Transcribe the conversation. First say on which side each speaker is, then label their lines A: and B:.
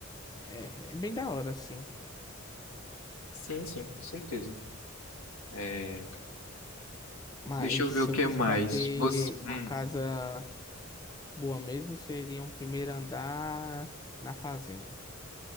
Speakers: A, on the left; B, on the left.
A: é, é bem da hora, assim.
B: Sim, sim, com certeza. É,
A: Mas
B: deixa eu ver
A: se
B: o que
A: eu fosse
B: mais.
A: pra ter
B: Você,
A: uma
B: hum,
A: casa boa mesmo, seria um primeiro andar na fazenda.